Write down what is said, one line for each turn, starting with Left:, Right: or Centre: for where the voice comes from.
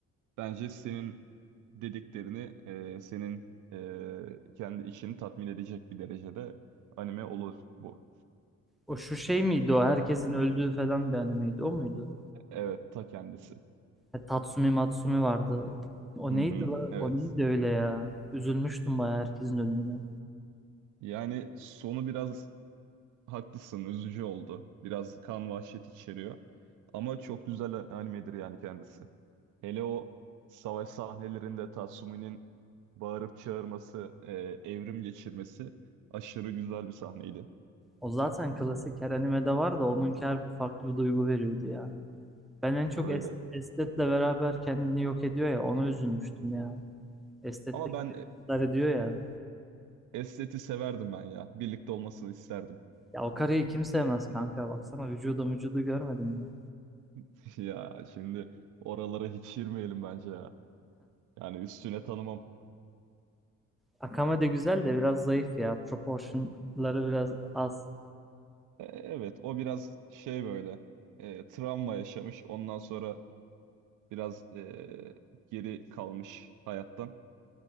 Right: Bence senin dediklerini, e, senin e, kendi içini tatmin edecek bir derecede anime olur bu.
Centre: O şu şey miydi o? Herkesin öldüğü falan bir animeydi. O muydu?
Right: Evet, ta kendisi.
Centre: E, Tatsumi Matsumi vardı. O
Right: Hı
Centre: neydi
Right: hı,
Centre: la?
Right: evet.
Centre: O neydi öyle ya? Üzülmüştüm bayağı herkesin ölümüne.
Right: Yani sonu biraz haklısın, üzücü oldu. Biraz kan vahşet içeriyor. Ama çok güzel animedir yani kendisi. Hele o savaş sahnelerinde Tatsumi'nin bağırıp çağırması, e, evrim geçirmesi aşırı güzel bir sahneydi.
Centre: O zaten klasik her animede var da onunki her bir farklı bir duygu veriyordu ya. Ben en çok
Right: Öyle.
Centre: Es- Estet'le beraber kendini yok ediyor ya ona üzülmüştüm ya. Estet
Right: Ama
Centre: de
Right: ben
Centre: intihar ediyor ya.
Right: esteti severdim ben ya. Birlikte olmasını isterdim.
Centre: Ya o karıyı kim sevmez kanka baksana vücuda vücudu görmedim mi?
Right: <laughs> Ya şimdi oralara hiç girmeyelim bence ya. Yani üstüne tanımam.
Centre: Akame de güzel de biraz zayıf ya. Proportionları biraz az.
Right: E, evet o biraz şey böyle e, travma yaşamış. Ondan sonra biraz e, geri kalmış hayattan.